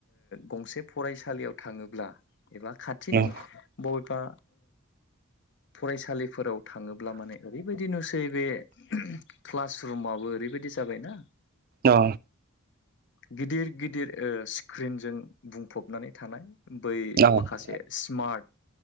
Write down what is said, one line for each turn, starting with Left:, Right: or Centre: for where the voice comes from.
Left: गंसे फरायसालियाव थाङोब्ला एबा खाथिनि
Right: उम
Left: बबेबा फरायसालिफोराव थाङोब्ला माने ओरैबायदि नुसै नै बे क्लास रुमाबो ओरैबायदि जाबायना
Right: औ
Left: गिदिर गिदिर स्क्रिनजों बुंफबनानै थानाय बै
Right: औ
Left: माखासे स्मार्ट